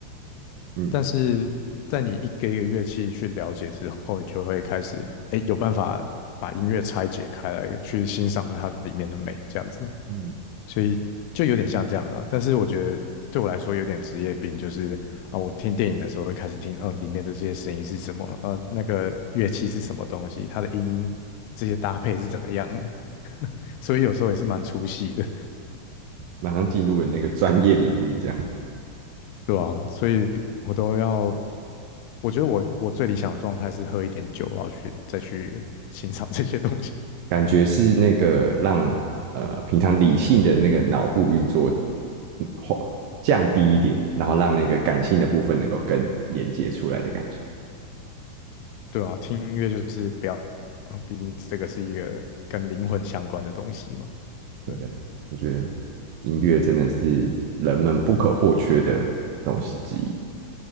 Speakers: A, on the right; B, on the left.
A: 嗯
B: 但是在你一个一个乐器去了解之后，你就会开始，哎，有办法把音乐拆解开来，去欣赏它里面的美，这样子。
A: 嗯，
B: 所以就有点像这样了，但是我觉得对我来说有点职业病，就是啊，我听电影的时候会开始听，嗯，里面的这些声音是什么，呃，那个乐器是什么东西，它的音这些搭配是怎么样的，所以有时候也是蛮出戏的，
A: 马上进入了那个专业领域，这样
B: 对啊，所以我都要，我觉得我我最理想的状态是喝一点酒，然后去再去欣赏这些东西，
A: 感觉是那个让呃平常理性的那个脑部运作嗯或降低一点，然后让那个感性的部分能够更连接出来的感觉，
B: 对啊，听音乐就是不要啊，毕竟这个是一个跟灵魂相关的东西嘛。对。
A: 对不对？我觉得音乐真的是人们不可或缺的东西之一。